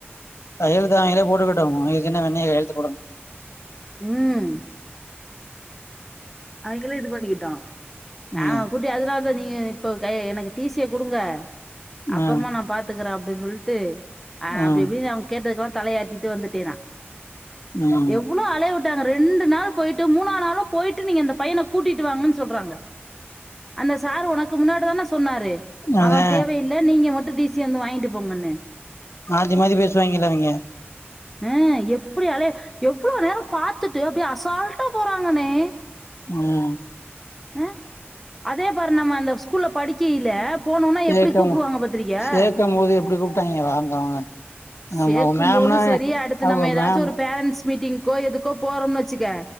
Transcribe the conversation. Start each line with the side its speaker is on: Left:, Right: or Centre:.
Left: கையெழுத்து அவங்களே போட்டுக்கிட்டு அவங்களுக்கு என்ன வெண்ணைக்கி கையெழுத்து போடனு
Centre: உம் அவிங்களே இது பண்ணிக்கிட்டு நா
Left: ம்
Centre: கூட்டி அதுனா ல்ல நீங்க இப்ப க எனக்கு டி சி ய குடுங்க அப்பறமா
Left: ம்
Centre: நா பாத்துக்கறே அ ப்டி சொல்ட்டு ஆஹ்
Left: ம்
Centre: அப்டி இப்டின்னு அவங்க கேட்டதுக்கலா தலையாட்டிட்டு வந்துட்டேனா
Left: ம்
Centre: எவ்ளோ அலைய விட்டாங்க ரெ ண்டு நாள் போயிட்டு மூணா நாளும் போயி ட்டு நீங்க அந்த பையன கூட்டிட்டு வாங்கன்னு சொல்றாங்க அந்த சார் உனக்கு முன்னாடி தான சொன்னாரு
Left: அதா
Centre: அவ தேவையில்ல நீங்க மட் ட்டு டி சி ய வந்து வாங்கிட்டு போங்கன்னு
Left: மாத்தி மாத்தி பேசுவாங்கல்ல அவிங்க
Centre: ஆ எப்டி அலைய எவ் ளோ நேரோ காத்துட்டு அப்டியே அசால்ட்டா போறாங்கண்ணே
Left: உம்
Centre: ஆ அதே பாரு நம்ம அந்த ஸ்கூல்ல படிக்கையில போனோனா
Left: சேக்கம்
Centre: எப்டி கூப்டுவாங்க பாத்திரிக்கியா
Left: சேக்கம் போது எப்டி கூப்ட்டாங்க வாங்க வாங்க ஆமா
Centre: சேக்கும்போது
Left: அவ மேம்னா
Centre: சரி அடுத்து
Left: அவ
Centre: நம்ம ஏதாச்சு
Left: மேம்
Centre: ஒரு பேரண்ட்ஸ் மீட்டிங்க்கோ எதுக்கோ போறம்னு வச்சுக்க